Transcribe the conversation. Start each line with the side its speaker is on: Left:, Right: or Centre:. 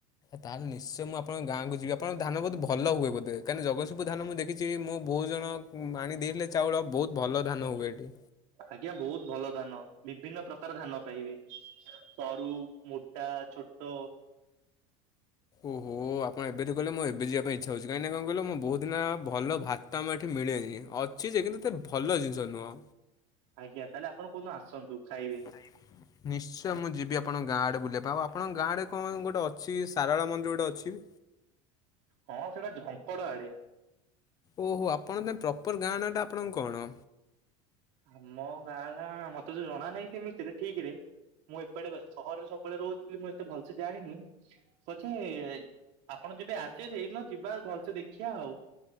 Left: ତାହେଲେ ନିଶ୍ଚୟ ମୁଁ ଆପଣଙ୍କ ଗାଁକୁ ଯିବି ଆପଣଙ୍କ ଧାନ ବହୁତ ଭଲ ହୁଏ ବୋଧ କହିଁନା ଜଗତସିଂପ ଧାନ ମୁଁ ଦେଖିଛି ମୁଁ ବହୁତ ଜଣ ମାଣିଦଲେ ଚାଉଳ ବହୁତ ଭଲ ଧାନ ହୁଏ ଏଠି।
Right: ଆଜ୍ଞା ବହୁତ ଭଲ ଧାନ ବିଭିନ୍ନ ପ୍ରକାର ଧାନ ପାଇବି ସରୁ ମୁ, ତା ଛୋଟ।
Left: ଓହୋ ଆପଣ ଏବେ ତ କହିଲେ ମୁଁ ଏବେ ଯିବା ପାଇଁ ଇଚଛା ହଉଛି। କାହିଁକି କଣ କହିଲ ମୁ ବହୁତଦିନ ଭା ତ ଆମ ଏଠି ମିଳେନି ଅଛି ଯେ କିନ୍ତୁ ଏତେ ଭଲ ଜିନିଷ ନୁହଁ।
Right: ଆଜ୍ଞା ତାହେଲେ ଆପଣ କଉ ଦିନ ଆସନ୍ତୁ ଖାଇବେ।
Left: <unintelligible> ନିଶ୍ଚୟ ମୁଁ ଯିବି ଆପଣଙ୍କ ଗାଁ ଆଡେ ବୁଲିବା ପାଇଁ ଆଉ ଆପଣଙ୍କ ଗାଁ ଆରେ କଣ ଗୋଟେ ଅଛି ସାରଳା ମନ୍ଦିର ଗୋଟେ ଅଛି।
Right: ହଁ ସେଟା ଝଙ୍କଡ ଆଡେ।
Left: ଓ ହୋ ଆପଣଙ୍କ ପାଇଁ ପ୍ରପର ଗାଁ ନା ଟା ଆପଣଙ୍କ କଣ?
Right: ଆମ ଗାଁଲା ମତେ ତ ଜଣା ନାହିଁ ସେମିତିରେ ଠିକ ରେ। ମୁଁ ଏପଟେ ସହରରେ ସବୁବେଳେ ରହୁଥିଲି ମୁଁ ଏତେ ଭଲସେ ଜାଣିନି। ପଛେ ଆପଣ ଯବେ ଆସିବେ ସେଇଦିନ ଯିବା ଭଲସେ ଦେଖିବା ଆଉ।